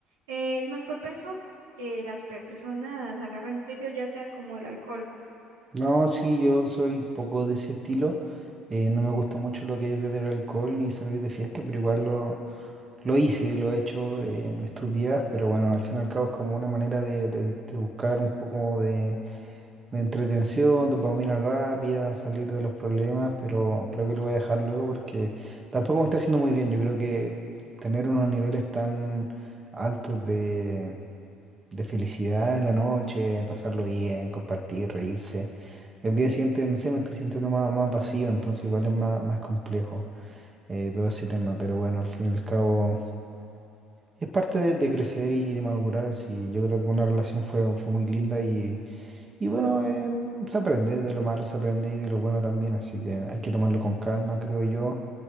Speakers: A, on the right; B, on the right.
A: eh, es más propenso que las personas agarren vicios, ya sea como el alcohol.
B: No, sí, yo soy un poco de ese estilo. eh, no me gusta mucho lo que es beber alcohol ni salir de fiesta, pero igual lo, lo hice, lo he hecho eh, estos días, pero bueno, al fin y al cabo es como una manera de de- de buscar un poco de de entretención, dopamina rápida, salir de los problemas, pero creo que lo voy a dejar luego porque tampoco me está haciendo muy bien. Yo creo que tener unos niveles tan altos de, de felicidad en la noche, pasarlo bien, compartir, reírse. Y al día siguiente, no sé, me estoy sintiendo más, más vacío, entonces igual es más, más complejo eh, todo ese tema, pero bueno, al fin y al cabo es parte de, de crecer y, de madurar. Sí, yo creo que una relación fue, fue muy linda y bueno, eh, se aprende, de lo malo se aprende y de lo bueno también, así que hay que tomarlo con calma, creo yo.